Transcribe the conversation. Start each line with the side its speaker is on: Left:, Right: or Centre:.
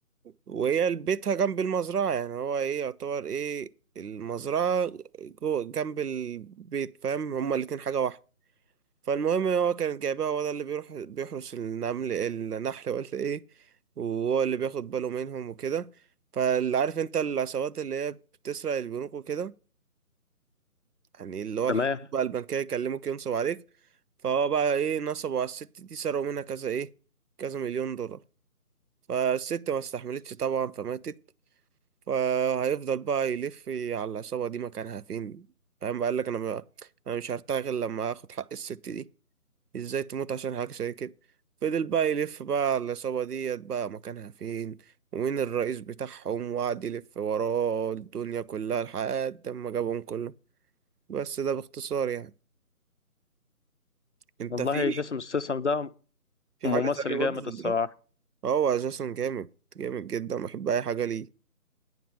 Right: وهي بيتها جنب المزرعة يعني هو ايه يعتبر ايه المزرعة جوه جنب البيت فاهم هما الاتنين حاجة واحدة فالمهم هو كانت جايباه هو ده اللي بيروح بيحرس النمل النحل ولا ايه وهو اللي بياخد باله منهم وكده فاللي عارف انت العصابات اللي هي بتسرق البنوك وكده يعني اللي هو
Left: تمام
Right: الحساب بقى البنكية يكلموك ينصب عليك فهو بقى ايه نصبوا على الست دي سرقوا منها كذا ايه كذا مليون دولار فالست ما استحملتش طبعا فماتت فهيفضل بقى يلف على العصابة دي مكانها فين فاهم بقى قال لك انا بقى انا مش هرتاح غير لما اخد حق الست دي ازاي تموت عشان حاجة زي كده فضل بقى يلف بقى على العصابة ديت بقى مكانها فين ومين الرئيس بتاعهم وقعد يلف وراه الدنيا كلها لحد ما جابهم كلهم بس ده باختصار يعني انت
Left: والله
Right: في
Left: جيسون ستيسم ده
Right: في
Left: ممثل
Right: حاجة تانية
Left: جامد
Right: برضو في
Left: الصراحه
Right: الدراما هو اساسا جامد جامد جدا بحب اي حاجة ليه